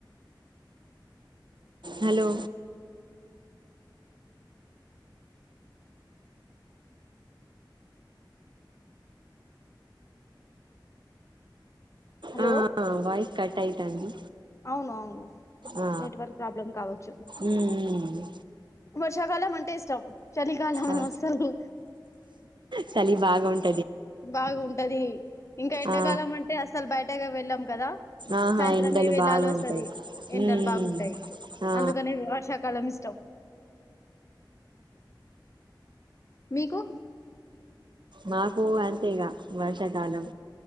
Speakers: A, on the right (about 70°); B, on the left (about 35°).
A: హలో
B: హలో
A: ఆ ఆ వాయిస్ కట్ అయితాంది
B: అవును అవును
A: ఆ
B: నెట్వర్క్ ప్రాబ్లం కావచ్చు వష్
A: ఉమ్ ఉమ్
B: వర్షాకాలం అంటే ఇష్టం చలి కాలం
A: ఆ
B: అస్సలు
A: చలి బాగా ఉంటు
B: బాగుంటది ఇంకా ఎండాకాలం
A: ఆ
B: అంటే అసలు బయటకే వెళ్ళాము కదా
A: ఆహా
B: సాయంత్రమే
A: ఎండలు
B: వెళ్ళాలి
A: బాగుంటాయ్
B: వస్తది ఎండలు
A: మ్మ్
B: బాగుంటాయి
A: మ్మ్ ఆ
B: అందుకని వర్షాకాలం ఇష్టం మీకు
A: మాకు అంతేగా వర్షాకాలం